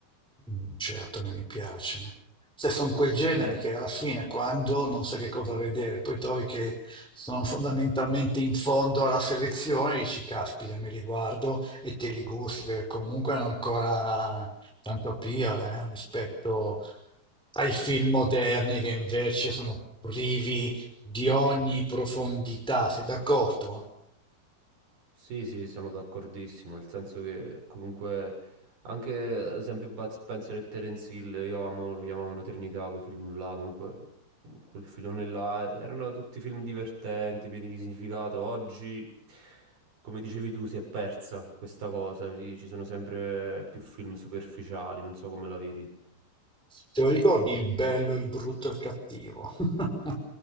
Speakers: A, in the centre; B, on the right (about 50°).
A: Mm, Certo che mi piace. Se sono quei generi
B: Eh.
A: che alla fine, quando non sai che cosa vedere, poi trovi che sono fondamentalmente in fondo alla selezione, dici, caspita, me li guardo e te li gusti, perché comunque hanno ancora tanto appeal, eh, rispetto ai film moderni che invece sono privi
B: <laughs>
A: di ogni profondità. Sei d'accordo?
B: Sì, sì, sono d'accordissimo, nel senso che comunque anche ad esempio Bud Spencer e Terence Hill, io amo, lo chiamavano Trinità, quei film là, comunque quel filone là, erano tutti film divertenti, pieni di significato. Oggi, come dicevi tu, si è persa questa cosa, sì, ci sono sempre più film superficiali, non so come la vedi.
A: Te lo ricordi il bello, il brutto e il cattivo? <laughs>